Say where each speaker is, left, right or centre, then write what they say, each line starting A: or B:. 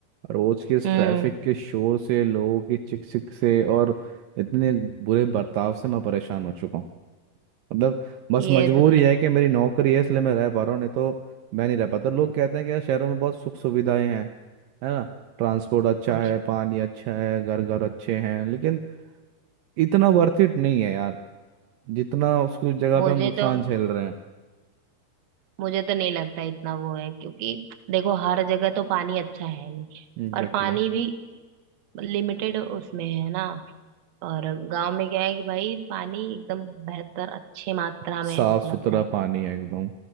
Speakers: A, on the right; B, on the right.
A: रोज के इस
B: हम्म
A: ट्रैफिक के शोर से लोगों की चिक चिक से और इतने बुरे बर्ताव से मैं परेशान हो चुका हूँ मतलब बस
B: ये
A: मजबूरी
B: तो है
A: है कि मेरी नौकरी है इसलिए मैं रह पा रहा हूँ नहीं तो मैं नहीं रह पाता लोग कहते हैं कि यार शहरों में बहुत सुख सुविधाएं हैं है ना ट्रांसपोर्ट अच्छा
B: कुछ
A: है पानी अच्छा है घर घर अच्छे हैं लेकिन इतना वर्थ इट नहीं है यार जितना उसको जगह
B: मुझे
A: पे हम नुकसान
B: तो
A: झेल रहे हैं
B: मुझे तो नहीं लगता इतना वो है क्योंकि देखो हर जगह तो पानी अच्छा है नहीं
A: एग्जैक्टली
B: और पानी भी लिमिटेड उसमें है ना और गांव में क्या है कि भाई पानी एकदम बेहतर अच्छे मात्रा
A: साफ
B: में उपलब्ध
A: सुथरा
B: है
A: पानी है एकदम